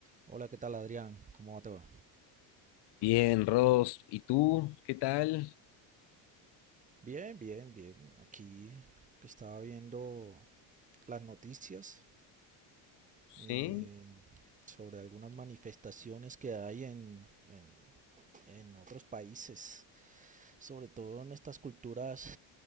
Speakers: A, on the right (about 15°); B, on the left (about 55°).
A: Hola, ¿qué tal Adrián? ¿Cómo va todo?
B: Bien, Ross, ¿y tú? ¿Qué tal?
A: Bien, bien, bien. Aquí que estaba viendo las noticias eh,
B: Sí,
A: sobre algunas manifestaciones que hay en, en, en otros países, sobre todo en estas culturas